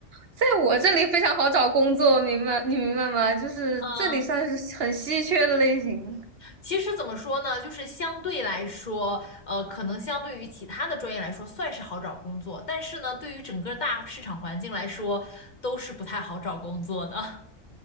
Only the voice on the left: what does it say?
嗯，其实怎么说呢，就是相对来说，呃，可能相对于其他的专业来说，算是好找工作，但是呢，对于整个大市场环境来说，都是不太好找工作的。